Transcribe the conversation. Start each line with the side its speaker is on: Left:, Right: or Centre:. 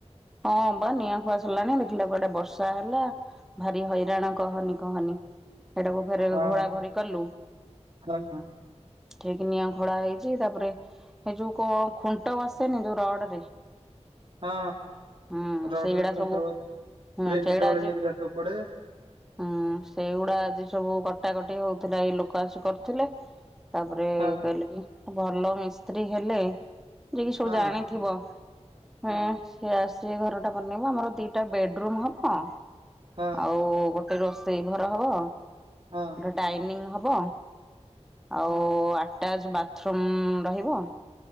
Centre: ହଁ ବା ନିଁଅ ଖୋଳା ସରିଲାଣି ଦେଖିଲାବେଳ କୁ ଆଡେ ବର୍ଷା ହେଲା ଭାରି ହଇରାଣ କହନି କହନି। ହେଟାକୁ ଫେରେ
Right: ହଁ
Centre: ଘୋଡ଼ା ଘୋଡି କଲୁ।
Right: ହଁ ହଁ
Centre: ଠିକି ନିଁଅ ଖୋଳା ହେଇଚି ତାପରେ ହେଇ ଯଉ କଣ ଖୁଣ୍ଟ ବସେନି ଯଉ ରଡ୍ ରେ?
Right: ହଁ
Centre: ହୁଁ
Right: ରଡ୍
Centre: ସେଇଗୁଡା
Right: ରେ ଖୁଣ୍ଟ
Centre: ସବୁ
Right: ବ-ପ୍ରିଣ୍ଟ
Centre: ହୁଁ ସେଇଗୁଡା
Right: ଢଳେଇ
Centre: ଆଜି
Right: ହେରିକା ସବୁ ପଡେ।
Centre: ହୁଁ ସେଗୁଡା ଆଜି ସବୁ କଟାକଟି ହଉଥିଲା ଏଇ ଲୋକ ଆସି କରୁଥିଲେ ତାପରେ
Right: ହଁ
Centre: କହିଲେ କି ଭଲ ମିସ୍ତ୍ରୀ ହେଲେ ଯିଏ କିି ସବୁ
Right: ହଁ
Centre: ଜାଣିଥିବ- ହଁ। ସେ ଆସି ଘରଟା ବନେଇବ ଆମର ଦିଟା ବେଡରୁୁମ୍ ହବ
Right: ହଁ
Centre: ଆଉ ଗୋଟ୍ ଟେ ରୋଷେଇ ଘର ହବ
Right: ହଁ।
Centre: ଡାଇନିଙ୍ଗ୍ ହବ ଆଉ ଆଟାଜ୍ ବାଥରୁମ୍ ରହିବ